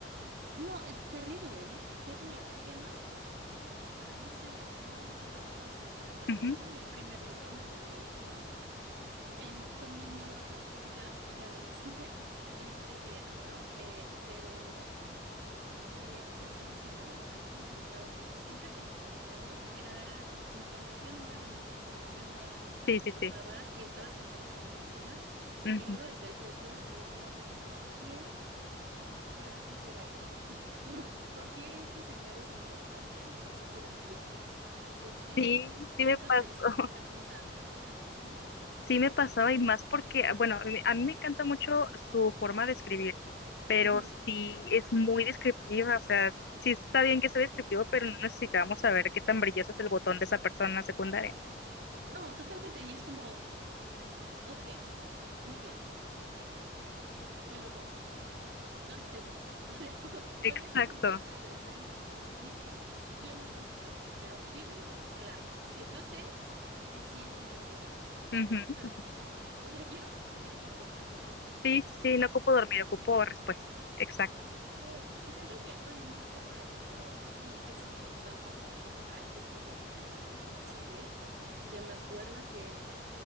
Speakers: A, on the right; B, on the left.
A: No, eh, terrible, ¿eh? Terrible, porque además Ay, no sé, o sea, no sé si te pasó esto, pero cuando
B: Ujú,
A: yo leí el primer libro, me lo leí como en, con mi neuroplasticidad de adolescente <laughs> en tres días, ¿no? Eh, pero eh, se, se volvió como más complicado porque siento que en el primero era información nueva, más información nueva, más información
B: Sí, sí, sí.
A: nueva y estabas entretenidísima.
B: ujú.
A: Y luego desde el- después del segundo era como de, ¿quién? carajo será este? <laughs> Como, ¿por qué este señor es importante? Necesito ir a la wiki. ¿Por qué
B: Sí, sí
A: esta
B: me pasó,
A: persona
B: <laughs>
A: está con Sansa? Ajá.
B: sí me pasaba y más porque, ah, bueno, a mí a mí me encanta mucho su forma de escribir, pero
A: <laughs> Ujú.
B: sí es muy descriptiva, o sea, sí está bien que sea descriptivo, pero no necesitamos saber qué tan brilloso es el botón de esa persona secundaria.
A: No, totalmente. Y es como, ok, muy bien, te lo compro. ¿Dónde está el final? <laughs> O sea, como, con
B: Exacto.
A: este nivel de detalle, dime quiénes son sus papás, pero dímelo claro. O sea, yo sé que sí es un Targaryen,
B: Ujú.
A: pero quiero ya. O sea, quiero, quiero confirmación inmediata.
B: Sí, sí, sí, no ocupo dormir, ocupo respuestas. Exacto.
A: Sí, y siento que, bueno, no sé para ti, pero siento que sí bajó mucho el hype después de que terminó la serie. O sea, me acuerdo que